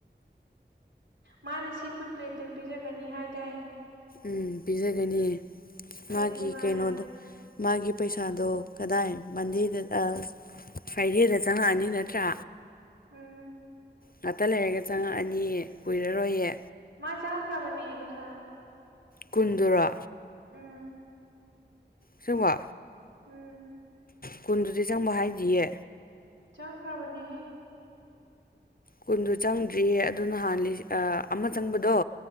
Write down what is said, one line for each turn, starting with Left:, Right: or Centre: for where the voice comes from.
Right: ꯃꯥꯅ ꯁꯤ ꯐꯨꯗ ꯒ꯭ꯔꯦꯇꯔ ꯄꯤꯖꯒꯅꯤ ꯍꯥꯏꯗꯥꯏ
Left: ꯎꯝ ꯄꯤꯖꯒꯅꯤ
Right: ꯑꯩ
Left: ꯃꯥꯒꯤ
Right: ꯑꯗꯨ ꯉꯥꯏꯔꯤ
Left: ꯀꯩꯅꯣꯗꯣ ꯃꯥꯒꯤ ꯄꯩꯁꯥꯗꯣ ꯀꯗꯥꯏ ꯃꯟꯗꯦꯗ- unintelligible ꯐ꯭ꯔꯥꯏꯗꯦꯗ ꯆꯪꯉꯛꯑꯅꯤ ꯅꯠꯇ꯭ꯔꯥ
Right: ꯎꯝ
Left: ꯉꯥꯛꯇ ꯂꯩꯔꯒ ꯆꯪꯉꯛꯑꯅꯤ ꯀꯨꯏꯔꯔꯣꯏꯌꯦ
Right: ꯃꯥ ꯆꯥꯉꯛꯈ꯭ꯔꯕꯅꯦ ꯄꯩꯁꯥ
Left: ꯀꯨꯟꯗꯨꯔꯣ
Right: ꯎꯝ
Left: ꯑꯁꯦꯡꯕ
Right: ꯎꯝ
Left: ꯀꯨꯟꯗꯨꯗꯤ ꯆꯪꯕ ꯍꯥꯏꯗꯤꯌꯦ
Right: ꯆꯪ ꯈꯔꯕꯅꯤꯍꯦ
Left: ꯀꯨꯟꯗꯨ ꯆꯪꯗ꯭ꯔꯤꯌꯦ ꯑꯗꯨ ꯅꯍꯥꯟ ꯂꯤ ꯑꯥ ꯑꯃ ꯆꯪꯕꯗꯣ